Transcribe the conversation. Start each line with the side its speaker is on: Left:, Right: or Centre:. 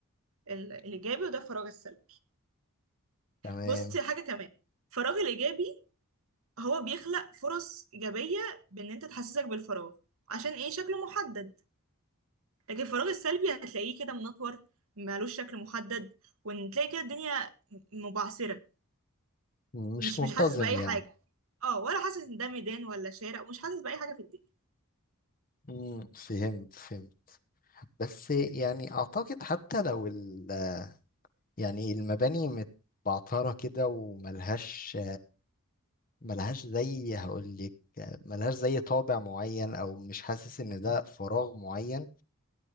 Right: ال الايجابي وده الفراغ السلبي
Left: تمام
Right: بص حاجه كمان الفراغ الايجابي هو بيخلق فرص ايجابيه بان انت تحسسك بالفراغ عشان ايه شكله محدد لكن الفراغ السلبي هتلاقيه كده منطور مالوش شكل محدد وان تلاقي كده الدنيا م- مبعثره
Left: مش
Right: مش
Left: منتظم
Right: مش حاسس باي
Left: يعني
Right: حاجه اه ولا حاسس ان ده ميدان ولا شارع ومش حاسس باي حاجه في الدنيا
Left: امم فهمت فهمت بس يعني اعتقد حتى لو ال يعني المباني متبعترة كده وملهاش ملهاش زي هقولك ملهاش زي طابع معين او مش حاسس ان ده فراغ معين